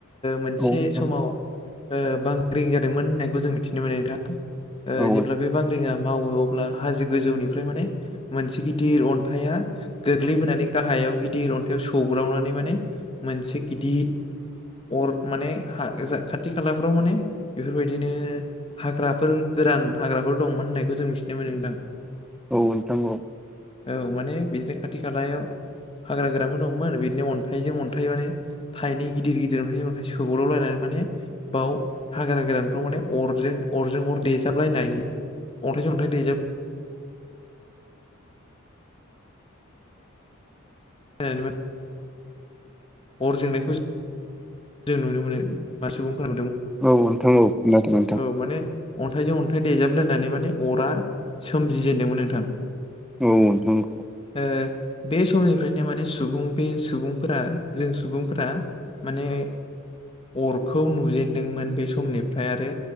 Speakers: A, on the left; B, in the centre.
A: मोनसे
B: औ नोंथां
A: समाव बांग्रिं जादोंमोन होननायखौ जों मिथिनो मोनो नोंथां।
B: औ
A: जेब्ला बे बांग्रिङा मावो अ हो गोजौनिफ्राय माने मोनसे गिदिर अन्थाइया गोग्लैबोनानै गाहायाव गिदिर अन्थाइयाव सौ दावनानै माने मोनसे गिदिर अर माने जा खाथि खालाफ्राव माने बेफोरबायदिनो हाग्राफोर गोरान हाग्राफोर दंमोन होननायखौ जों मिथिनो मोनदों।
B: औ नोंथां औ
A: औ माने बिदिनो खाथि खालायाव हाग्रा गोराफोर दंमोन बिदिनो अन्थाइजों अन्थाइ माने थाइनै गिदिर गिदिर अन्थाइजों अन्थाइ सोग्राव लायनानै माने बाव हाग्राा गोदानफ्राव माने अरजों अरजों अर देजाबलायनाय अथाय ज अन्थाय देजाब अर जोंनायखौ ज जों नुनो मोनो मासे खौ
B: औ नोंथां औ नोंथां औ खोनादों नोंथां
A: औ माने अन्थायजों अन्थाय दे लायनानै माने अरा सोमजिजेनदोंमोन नोंथां
B: औ नोंगौ
A: ओ बे समनिफ्रायनो माने सुबुं बे सुबुंफोरा जों सुबुंफोरा माने अरखौ नुजेनदोंमोन बे समनिफ्राय आरो